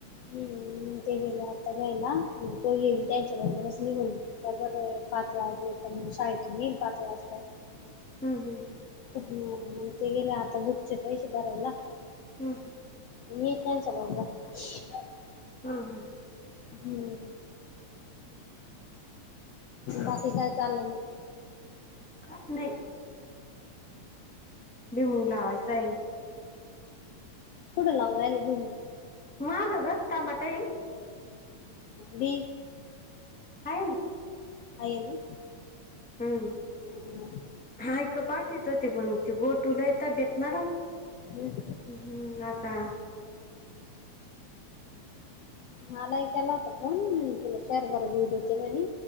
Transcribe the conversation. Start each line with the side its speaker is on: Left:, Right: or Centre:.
Left: हम्म ते गेले आता घ्यायला मंग तो येईल त्यांच्या बरोबरच निघून. दरबर पाच वाजले कमी शाळेतून येईल पाच वाजता.
Centre: हम्म हम्म.
Left: हम्म ते गेले आता बुकचे पैसे भरायला.
Centre: हम्म
Left: मी तेन सगळं. <unintelligible>
Centre: हा हा.
Left: हम्म. बाकी काय चाललं नाय.
Centre: का नय बिमुंग लावायचां आहे.
Left: कुडे लावराय ली बी मी.
Centre: महाग हाय का ग टमाटाई?
Left: बी
Centre: हाय ना.
Left: हाय येनं
Centre: हम्म.
Left: हम्म म
Centre: हायक पाठवीत होते पण ते गोटू लई तब्येत नरम.
Left: हम्म.
Centre: हम्म आता
Left: मलाही केला होता फोन म्हणे तुला शेर बर घेऊ देते म्हणे